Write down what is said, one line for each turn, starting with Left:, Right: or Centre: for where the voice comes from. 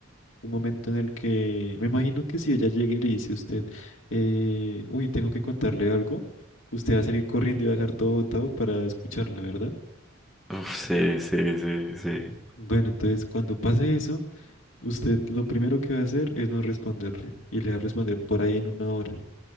Left: Un momento en el que me imagino que si ella llega y le dice a usted, eh, uy, tengo que contarle algo, usted va a salir corriendo y va a dejar todo botado para escucharla, ¿verdad?
Centre: Uf, sí, sí, sí, sí.
Left: Bueno, entonces cuando pase eso, usted lo primero que va a hacer es no responderle y le va a responder por ahí en una hora